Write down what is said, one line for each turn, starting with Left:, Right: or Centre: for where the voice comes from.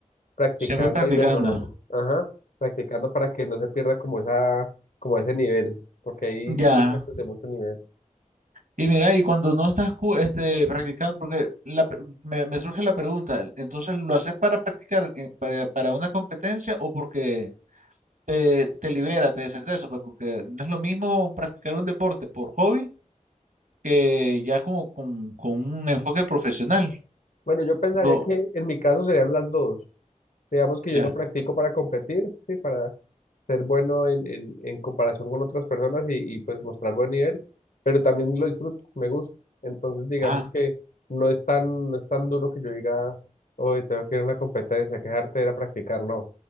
Left: practicando
Right: Siempre practicándolo
Left: y mejorando. Ajá, practicando para que no se pierda como esa, como ese nivel, porque hay muchachos
Right: Ya.
Left: de mucho nivel.
Right: Y mira, y cuando no estás ju- este, practicando, porque la pe- me, me surge la pregunta, entonces ¿lo haces para practicar, eh, para, para una competencia o porque te, te libera, te desestresa? Pues porque no es lo mismo practicar un deporte por hobby que ya como con, con un enfoque profesional.
Left: Bueno, yo pensaría
Right: Lo,
Left: que en mi caso serían las dos. Digamos que
Right: ya,
Left: yo lo practico para competir, sí, para ser bueno en, en, en comparación con otras personas y, y, pues mostrar buen nivel, pero también lo disfruto, me gusta. Entonces digamos
Right: ajá,
Left: que no es tan, no es tan duro que yo diga, hoy tengo que ir a una competencia, quejarte era practicar, no.